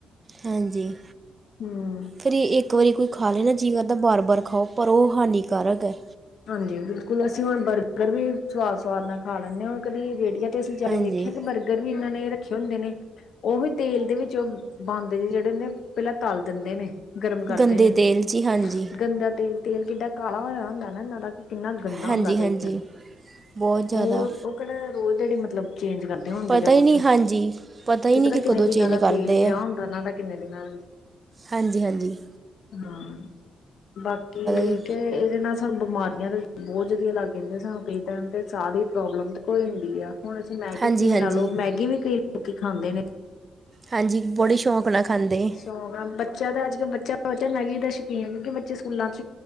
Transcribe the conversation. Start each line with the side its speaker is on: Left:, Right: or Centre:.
Right: ਹਾਂਜੀ।
Left: ਹੂੰ
Right: ਫਿਰ ਇਹ ਇੱਕ ਵਾਰੀ ਕੋਈ ਖਾਲੇ ਨਾ ਜੀਅ ਕਰਦਾ ਬਾਰ-ਬਾਰ ਖਾਓ, ਪਰ ਉਹ ਹਾਨੀਕਾਰਕ ਹੈ।
Left: ਹਾਂਜੀ, ਬਿਲਕੁਲ, ਅਸੀਂ ਹੁਣ ਬਰਗਰ ਵੀ ਸਵਾਦ-ਸਵਾਦ ਨਾਲ ਖਾ ਲੈਂਨੇ ਹਾਂ, ਕਦੀ ਰੇਹੜੀਆਂ ਅਸੀ ਜਾਕੇ
Right: ਹਾਂਜੀ
Left: ਵੇਖਿਆ, ਕਿ ਬਰਗਰ ਵੀ ਇਹਨਾਂ ਨੇ ਰੱਖੇ ਹੁੰਦੇ ਨੇ। ਉਹੀ ਤੇਲ ਦੇ ਵਿੱਚ, ਉਹ ਬੰਦ ਜੇ ਜਿਹੜੇ ਹੁੰਦੇ ਆ, ਪਹਿਲਾਂ ਤਲ ਦਿੰਦੇ ਨੇ। ਗਰਮ ਕਰਦੇ
Right: ਗੰਦੇ
Left: ਨੇ।
Right: ਤੇਲ ਜੀ ਹਾਂਜੀ
Left: ਗੰਦਾ ਤੇਲ, ਤੇਲ ਕਿੱਡਾ ਕਾਲਾ ਹੋਇਆ ਹੁੰਦਾ ਨਾ ਇਹਨਾਂ ਦਾ। ਕਿੰਨਾ ਗੰਦਾ
Right: ਹਾਂਜੀ
Left: ਹੁੰਦਾ ਤੇਲ,
Right: ਹਾਂਜੀ ਬਹੁਤ ਜ਼ਿਆਦਾ
Left: ਉਹ, ਉਹ ਕਿਹੜਾ ਰੋਜ਼ ਦਿਹਾੜੀ ਮਤਲਬ ਚੇਂਜ ਕਰ ਹੋਣਗੇ
Right: ਪਤਾ
Left: ਜਾ
Right: ਹੀ
Left: ਕੁਛ,
Right: ਨਹੀਂ
Left: ਕੀ
Right: ਹਾਂਜੀ ਹੀ ਨਹੀਂ
Left: ਪਤਾ
Right: ਕਿ
Left: ਕਿੰਨੇ
Right: ਕਦੋਂ
Left: ਦਿਨਾਂ
Right: ਚੇਂਜ
Left: ਦਾ
Right: ਕਰਦੇ
Left: ਤੇਲ ਪਿਆ ਹੁੰਦਾ ਇਹਨਾਂ ਦਾ, ਕਿੰਨੇ ਦਿਨਾਂ
Right: ਹਾਂਜੀ-ਹਾਂਜੀ।
Left: ਹਾਂ, ਬਾਕੀ
Right: ਜੀ
Left: ਕਿ ਇਹਦੇ ਨਾਲ ਸਾਨੂੰ ਬਿਮਾਰੀਆਂ ਤਾਂ ਬਹੁਤ ਜਾਦੀਆ ਲੱਗ ਜਾਂਦੀਆਂ, ਸਾਨੂੰ ਕਈ ਟਾਈਮ ਤੇ ਸਾਹ ਦੀ ਪ੍ਰੌਬਲਮ ਕੋਈ ਹੁੰਦੀ ਆ। ਹੁਣ ਅਸੀਂ ਮੈਗੀ
Right: ਹਾਂਜੀ
Left: ਜਿਵੇਂ
Right: ਹਾਂਜੀ
Left: ਲਾ ਲਓ। ਮੈਗੀ ਵੀ ਕਈ ਲੋਕੀ ਖਾਂਦੇ ਨੇ।
Right: ਹਾਂਜੀ ਬੜੀ ਸ਼ੌਕ ਨਾਲ ਖਾਂਦੇ।
Left: ਪ੍ਰੋਗਰਾਮ ਬੱਚੇ। ਬਹੁਤ ਜਿਆਦਾ ਅੱਜ ਕੱਲ੍ਹ ਬੱਚਾ ਬੱਚਾ ਬਹੁਤ ਜਿਆਦਾ ਮੈਗੀ ਦਾ ਸ਼ੌਕੀਨ ਹੈ ਕਿਉਂਕਿ ਬੱਚੇ ਸਕੂਲਾਂ ਚ